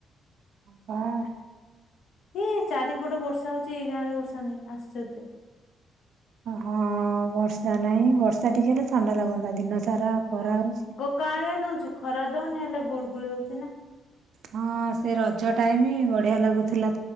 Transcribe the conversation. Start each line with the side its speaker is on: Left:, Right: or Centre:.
Right: ବାଃ।
Left: ଏଇ ଚାରିପଟ ବର୍ଷା ହଉଛି ଏଇ ଗାଁ ରେ ବର୍ଷା ନାହିଁ ଆଶ୍ଚର୍ଯ୍ୟ।
Right: ହଁ ବର୍ଷା ନାହିଁ ବର୍ଷା ଟିକେ ହେଲେ ଥଣ୍ଡା ଲାଗନ୍ତା ଦିନ ସାରା ଖରା ହଉଛି
Left: କା ଲିଆ ଦଉଛି ଖରା ଦଉନି ହେଲେ ଗୁଳଗୁଳି ହଉଛି ନା?
Right: ହଁ ସେ ରଜ ଟାଇମ ବଢିଆ ଲାଗୁଥିଲା